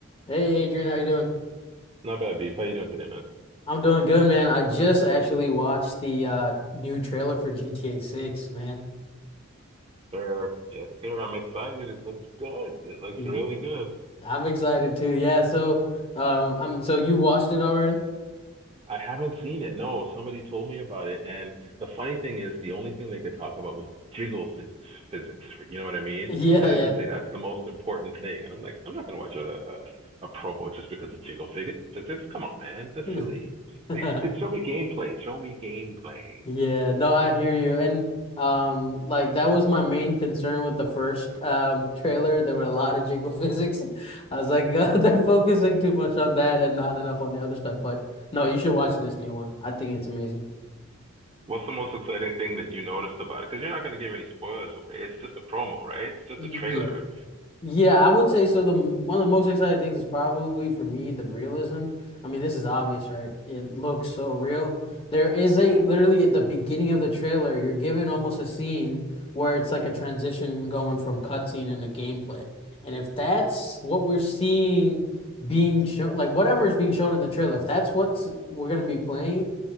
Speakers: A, on the left; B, on the right.
A: Hey Adrian, how you doing?
B: Not bad, Beef. How you doing today, man?
A: I'm doing good, man. I just actually watched the uh new trailer for GTA 6, man.
B: Sir, yes, sir. I'm excited. It looks good. It looks
A: Mm,
B: really good.
A: I'm excited too. Yeah, so um I'm so you watched it already? <laughs>
B: I haven't seen it. No, somebody told me about it. And the funny thing is, the only thing they could talk about was jiggle phys physics. For, You know what I mean?
A: Yeah,
B: As if to say that's the most important thing. And I'm like, I'm not gonna watch a a, a promo just because of jiggle fig physics. Come on, man. That's
A: yeah.
B: silly.
A: <laughs>
B: Like, Show me gameplay. Show me gameplay.
A: Yeah, no, I hear you. And um like that was my main concern with the first um trailer. There were a lot of jiggle <laughs> physics. I was like, <laughs> they're focusing too much on that and not enough on the other stuff. But no, you should watch this new one. I think it's amazing.
B: What's the most exciting thing that you noticed about it? Because you're not gonna give any spoilers away. It's just a promo, right? It's just
A: Yeah.
B: a trailer.
A: Yeah, I would say so. The m- one of the most exciting things is probably for me the realism. I mean, this is obvious, right? It looks so real. There is
B: Yeah.
A: a literally at the beginning of the trailer, you're given almost a scene where it's like a transition going from cutscene into gameplay. And if that's what we're seeing being shown, like whatever is being shown in the trailer, if that's what we're gonna be playing,